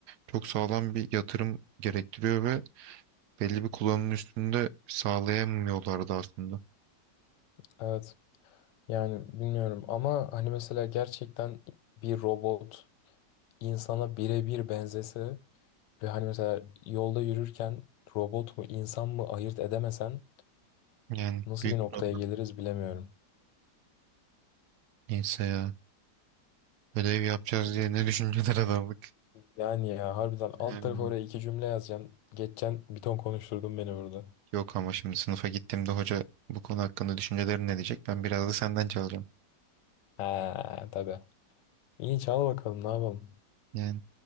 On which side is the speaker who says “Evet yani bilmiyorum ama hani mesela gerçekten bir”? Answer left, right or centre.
Left